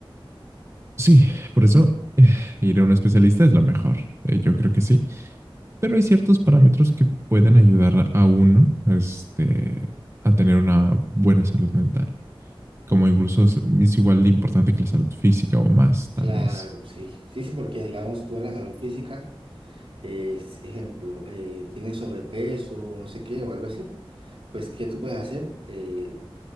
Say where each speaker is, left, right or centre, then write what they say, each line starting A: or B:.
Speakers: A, on the right (about 30°); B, on the right (about 75°).
A: Sí, por eso eh, ir a un especialista es lo mejor. Eh, yo creo que sí. Pero hay ciertos parámetros que pueden ayudar a uno, este, a tener una buena salud mental. como incluso es es igual de importante que la salud física o más, tal
B: Claro,
A: vez.
B: sí, sí, sí, porque digamos tú en la salud física, es, ejemplo, eh, tienes sobrepeso, no sé qué, o algo así, pues ¿qué tú puedes hacer? Eh,